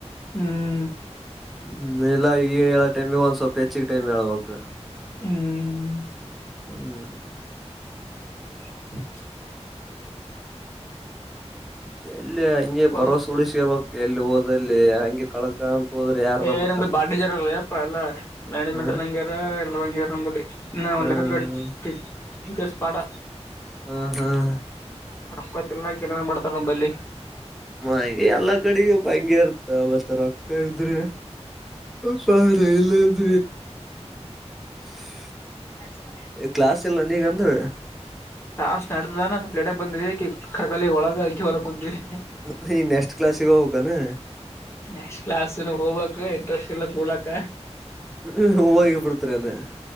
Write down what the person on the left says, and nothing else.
ಹ್ಮ್
ಹ್ಮ್
<inaudible>
ಬ <unintelligible>
ಏ
ನಮ್ ಬಾಲಿಜಾರ ಅಪ್ಪ ಎಲ್ಲಾ ಮ್ಯಾನೇಜ್ಮೆಂಟ್
ನಂಗ್ಯಾರ ಎಲ್ಲರ ಹಂಗ್ಯಾರ ನಮ್ಮಲ್ಲಿ ನಾ
ಒಲ್ಲಲೆಕ್ಕಾ ಪಾ <unintelligible>
ರೊಕ್ಕೊತಿನ್ನಕ್ ಏನಾರ ಮಾಡ್ತಾರ ನಮ್ಮಲ್ಲಿ
ಅ <inaudible>
ಟಕ್ಲಾಸ್ ಸ ನಡ್ಡದೇನಾ ಸ್ವಲ್ಪ ಲೇಟ್ ಆಗಿ ಬಂದ್ವಿಕಿ ಕರ್ಕಾಲ ಒಳಗ ಆಕಿ ಹೊರ ಕುಂತೀವಿ
ನೆಕ್ಸ್ಟ್ ಕ್ಲಾಸಿಗೆ ಹೋಗ್ಬೇಕು ಇಂಟ್ರೆಸ್ಟ್ ಇಲ್ಲ ಕೂಡಕ